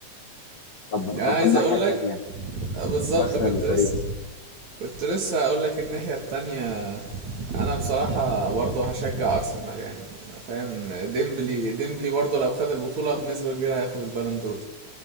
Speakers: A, on the left (about 45°); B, on the right (about 65°).
A: طب
B: يعني
A: طب
B: عايز
A: والناحيه
B: اقول
A: التانيه
B: لك آه، بالظبط
A: ارسنال
B: كنت
A: وباريس
B: لسه كنت لسه هقول لك الناحية التانية انا بصراحة برضه هشجع ارسنال يعني فاهم ديمبلي ديمبلي برضه لو خد البطولة بنسبة كبيرة هياخد البالون دور